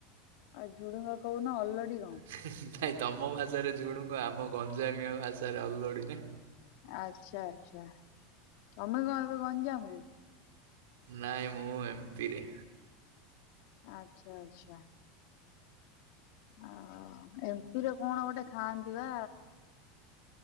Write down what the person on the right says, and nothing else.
ହୁ ହୁ ହୁ ନାଇଁ ତମ ଭାଷାରେ ଝୁଡ଼ୁଙ୍ଗ ଆମ ଗଞ୍ଜାମିଆ ଭାଷାରେ ଅଲୋଡ଼ି ନା?
ନାଇଁ ମୁଁ ଏମ୍ପିରେ।